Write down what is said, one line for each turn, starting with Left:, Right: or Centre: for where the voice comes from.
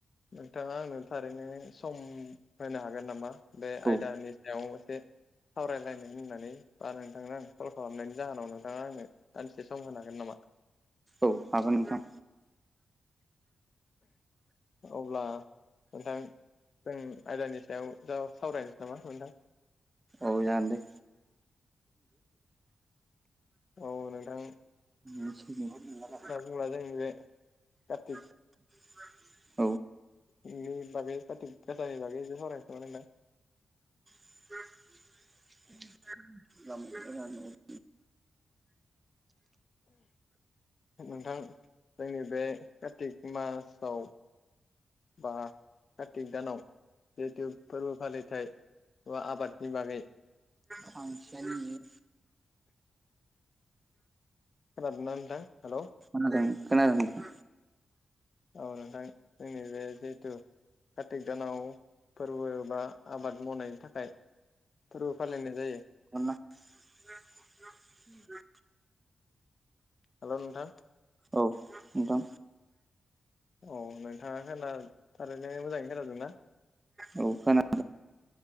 Left: नोंथाङा आंनो थारैनो सम होनो हागोन नामा बे
Right: औ
Left: आयदानि सायाव मोनसे सावरायलायनो होननानै बा नोंथांनो आं कल खालामनायनि जाहोनाव नोंथाङा आंनो दानदिसे सम होनो हागोन नामा
Right: औ हागोन नोंथां
Left: अब्ला नोंथां जों आयदानि सायाव जा सावरायनोसै नामा नोंथां
Right: औ जागोन दे
Left: औ नोंथां
Right: नंला जाबाय <unintelligible>
Left: बुंला जोंनि बे कार्तिक <unintelligible>
Right: <inaudible>
Left: नि बागै खाथिख गासानि बागै एसे सावरायनोसै नामा नोंथां
Right: <inaudible> <inaudible>
Left: नोंथां जोंनि बे कातिक मासाव बा कार्तिक दानाव जिहेतु फोरबो फालिथाय बा आबादनि बागै
Right: फांसन <inaudible>
Left: खोनादों ना नोंथां हेलौ
Right: खोनादों नोंथां
Left: औ नोंथां जोंनि बे जिहेथु कारतिक दानाव फोरबो बा आबाद मावनायनि थाखाय फोरबो फालिनाय जायो
Right: <inaudible> <inaudible>
Left: हेलौ नोंथां
Right: औ नोंथां
Left: औ नोंथाङा खोना थारैनो मोजाङै खोनादों ना
Right: औ खोना